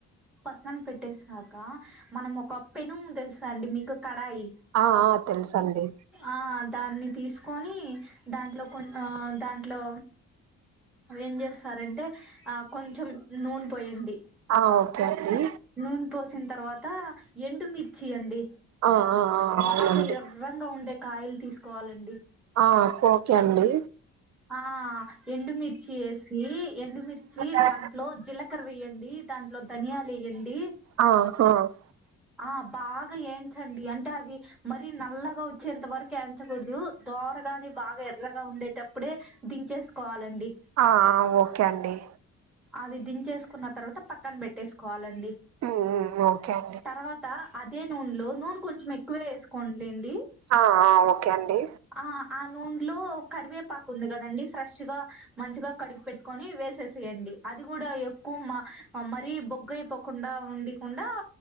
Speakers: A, in the centre; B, on the right.
A: పక్కన పెట్టేసాక మనం ఒక పెనుము తెలుసా అండి మీకు కడాయి
B: ఆ ఆ తెలుసండి
A: ఆ దాన్ని తీసుకొని దాంట్లో కొన్ని ఆ దా ఇట్లో ఏం చేస్తారంటే ఆ కొంచెం నూనె పోయండి
B: ఆ ఓకే అండి
A: నూనె పోసిన తర్వాత ఎండుమిర్చి అండి
B: ఆ ఆ ఆ అవునండి
A: బాగ ఎ ఎర్రంగా ఉండే కాయలు తీసుకోవాలండి
B: ఆఒకే అండి
A: ఆ ఎండుమిర్చి వేసి ఎండుమిర్చి
B: ఆ
A: దాంట్లో జి కార వేయండి దాంట్లో ధనియాలు వేయండి
B: ఆ ఆ
A: ఆ బాగ ఏంచండి అంటే అవి మరి నల్లగ వచ్చేంత వరకు ఎంచకూడదు దోరగ అది బాగ ఎర్రగా ఉండేటప్పుడే దించేసుకోవాలండి
B: ఆ ఓకే అండి
A: అవి దించేసుకున్న తర్వాత పక్కన పెట్టేసుకోవాలండి
B: ఉ ఒకే అండి
A: తర్వాత అదే నూనెలో నూనె కొంచెం ఎక్కువ వేసుకోలేండి
B: ఆ ఆ ఒకే అండి
A: ఆ ఆ నూనెలో కరివేపాకు ఉంది కదండి ఫ్రెష్గా మంచిగా కడిగి పె కొని వేసేసేయండి అది కూడ ఎక్కువ మ మరీ బొగ్ అయిపోకుండ ఉండికుండ